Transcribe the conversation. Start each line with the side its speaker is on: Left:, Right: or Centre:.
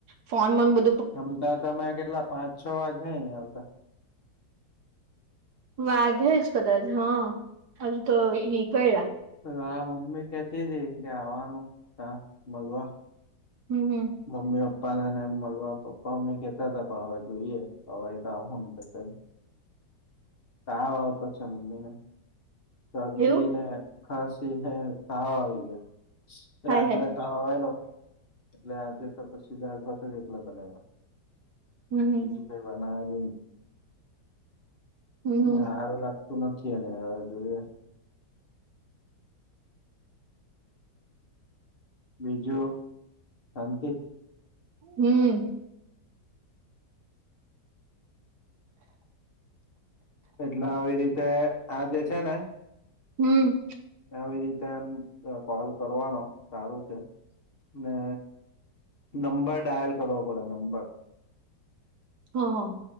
Right: ફોન બન
Left: આમ તો તમે કેટલા પાંચ છ વાગે અં આવતા.
Right: વાઘે જ કદાચ હા હજુ તો ક
Left: હા મમ્મી કેતી હતી એમ કે આવવાનું ત મળવા
Right: હમ હમ
Left: મમ્મી પપ્પા નેમ મળલવા પપ્પા મમ્મી કેતા હતા પણ હવે જોઈએ હવે એ તો આવું કઈ તાવ આવતો છે મમ્મી ને શરદી
Right: એવું
Left: ને ખાસી હે તાવ આવી ગયા.
Right: હાય
Left: રાત્રે
Right: હાય
Left: ત આવેલો ન એટલે આજે તો પછી દાળ ભાત એકલા બનાવ્યા
Right: હમ
Left: બીજું કાંઈ
Right: હમ
Left: <unintelligible> સારું લાગતું નથી એને હવે જોઈએ. બીજું શાંતિ?
Right: હમ.
Left: એટલે આવી રીતે આ જે છે ને
Right: હમ.
Left: આવી રીતે એમ કોલ કરવાનો સારું છે. ને નંબર ડાયલ કરવો પડે નંબર
Right: હા હા.